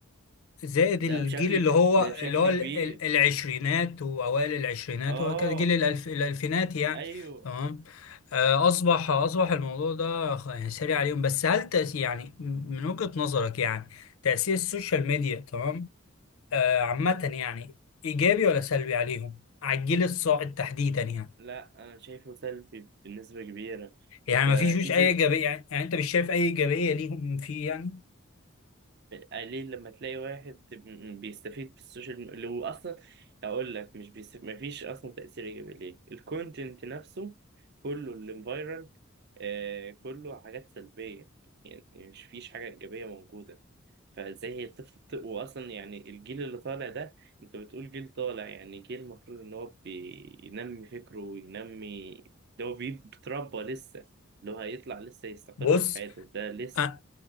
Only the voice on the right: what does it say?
ده
بشكل
ك-
ده بشكل
كبير
اه
ايوه
لا انا شايفه سلبي بالنسبة كبيرة
انت
انزل
ليه لما تلاقي واحد بيستفيد بالسوشيال ميديا اللي اصلا اقول لك مش بيس... مفيش اصلا تاثير ايجابي ليه الكونتنت نفسه كله اللي فايرال آه كله حاجات سلبيه يعني مش فيش حاجه ايجابيه موجوده فازاي هي طفل واصلا يعني الجيل اللي طالع ده انت بتقول جيل طالع يعني جيل المفروض ان هو بينمي فكره وينمي اللي هو بي- بيتربى لسه اللي هو هيطلع لسه يستقر
في حياته ده لسه